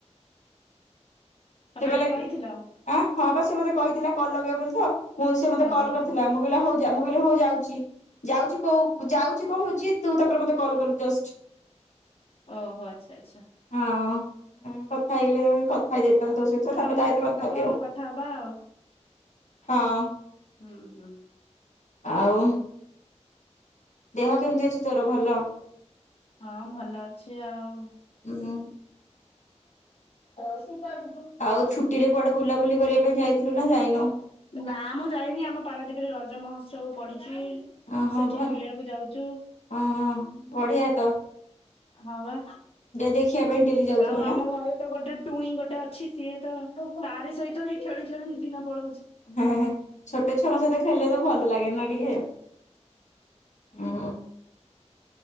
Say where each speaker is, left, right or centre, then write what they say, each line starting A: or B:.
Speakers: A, on the left (about 55°); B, on the left (about 80°).
A: ପାପାଲି
B: ସେ କହିଲା କି
A: କହିଥିଲ
B: ହଁ ବା ସେ ମୋତେ କହିଥିଲା କଲ୍ ଲଗେଇବ ବୋଲି ତ ମୁଁ ସେ ମତେ
A: ଓହୋ
B: କଲ୍ କରିଥିଲା। ମୁଁ କହିଲା ହୋଉ ମୁଁ କହିଲି ହୋଉ ଯାଉଛି। ଯାଉଚି କ ଯାଉଚି କହୁଛି ତୁ ତାପରେ ମତେ କଲ କଲୁ ଜଷ୍ଟ।
A: ଓହୋ ଆଛା ଆଛା।
B: ହଁ କଥା ହେଇଗଲେ କଥା ହେଇଯା
A: ହଉ
B: କଥା ହେଲି ତୋ
A: ତାହେଲେ
B: ସହିତ ତାପରେ
A: ତମେ
B: ତା
A: ମତେ
B: ସହିତ
A: କରିଦବ
B: କଥା ହେବି ଆଉ
A: କଥା ହବା ଆଉ
B: ହଁ।
A: ଉଁ ହୁଁ।
B: ଆଉ ଦେହ କେମିତି ଅଛି ତୋର ଭଲ?
A: ହଁ ଭଲ ଅଛି ଆଉ।
B: ଉଁ
A: <unintelligible>
B: ଆଉ ଛୁଟି ରେ କୁଆଡେ ବୁଲାବୁଲି କରିବା ପାଇଁ ଯାଇଥିଲୁ ନା ଯାଇନୁ।
A: ନା ମ ଯାଇନି ଆମ ପାରାଦୀପିରେ ରଜ ମହୋତ୍ସବ ପଡିଛି।
B: ଅ
A: ଆମେ
B: ହଁ
A: ସେଠି
B: ଭଲ
A: ବୁଲିବାକୁ ଯାଉଚୁ।
B: ଅ ହଁ ବଢିଆ ତ
A: ହଁବା
B: ଦେଖିବା ପାଇଁ ଡେଲି ଯାଉଥିବ
A: ଆଉ ଆମ
B: ନା?
A: ଘରେ ତ ଗୋଟେ ଟୁଇଁ ଗୋଟେ ଅଛି ସିଏ ତ ତାରି ସହିତ ହିଁ ଖେଳି ଖେଳି ଦିନ ପଳଉଚି।
B: ହେଁ ହେଁ। ଛୋଟ ଛୁଆଙ୍କ ସହିତ ଖେଳିଲେ ତ ଭଲ ଲାଗେ ନା ଟିକେ ଉଁ।